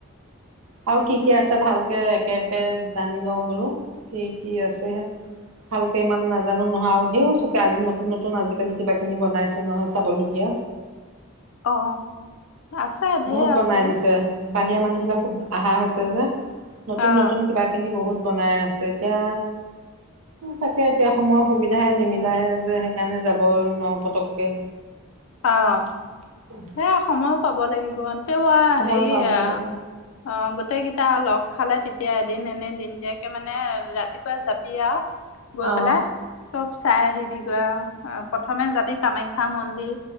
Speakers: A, on the right; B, on the left.
A: আৰু কি কি আছে ভালকে একেবে জানি লওঁ বোলো কি কি আছে। ভালকে ইমান নাজানো নহয় আৰু ধেও চকে আজি নতুন নতুন আজিকালি কিবাখিনি বনাইছে নহয় চাবলগীয়া।
B: অ আছে। ঢেৰ
A: বহুত বনাই
B: আছে
A: দিছে বাহিৰা মানুহ বিলাক খুব অহা হৈছে যে নতুন
B: অ
A: নতুন কিবা খিনি বহুত বনাই আছে এতিয়া তাকে এতিয়া সময়ৰ সুবিধাহ নিমিলাইে যে সেইকাৰণে যাব নোৱাৰো পতকে।
B: অ'
A: <unintelligible>
B: এয়া সময়ো পাব লাগিব তেও অ
A: সময়
B: হেৰিয়া
A: পাব লাগিব
B: অ। অ', গোটেইকেইটা লগ খালে তেতিয়া এদিন এনে দিনদিয়াকে মানে ৰাতিপুৱা যাবি আৰু। গৈ
A: অ
B: পেলাই চব চাই আহিবিগৈ আৰু প্ৰথমে যাবি কামাখ্যা, মন্দিৰ।